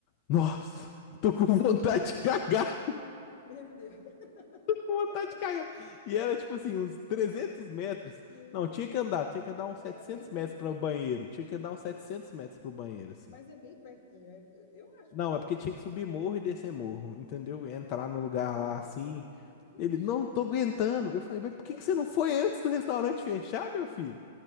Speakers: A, on the left (about 45°); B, on the left (about 65°).
A: nossa, tô com vontade de cagar.
B: Meu Deus. <laughs>
A: com vontade de cagar. E era tipo assim, uns 300 metros.
B: Meu
A: Não,
B: Deus.
A: tinha que andar, tinha que andar uns 700
B: Era bem
A: metros
B: pertinho.
A: para o banheiro. Tinha que andar uns 700 metros pro banheiro, assim.
B: Mas é bem pertinho. é- eu acho
A: Não,
B: pertinho.
A: é porque tinha que subir
B: <laughs>
A: morro e descer morro, entendeu? Entrar
B: Ah,
A: no lugar
B: entendi.
A: lá assim.
B: Vixe,
A: Ele, não tô
B: Maria.
A: aguentando. Eu falei, mas por
B: <laughs>
A: que que você não foi antes do restaurante fechar, meu filho?